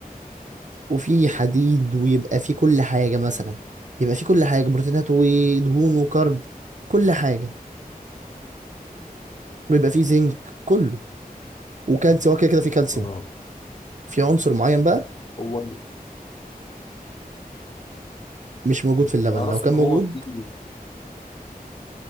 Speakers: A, on the right; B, on the left.
A: وفي حديد ويبقى في كل حاجة مثلا يبقى في كل حاجة بروتينات ودهون وكرب كل حاجة ويبقى في زنك كله وكالسيوم هو كده كده في كالسيوم
B: اه
A: في عنصر معين بقى
B: هو ال-
A: مش موجود في اللبن
B: اللي اعرفه
A: لو كان
B: ان
A: موجود
B: هو في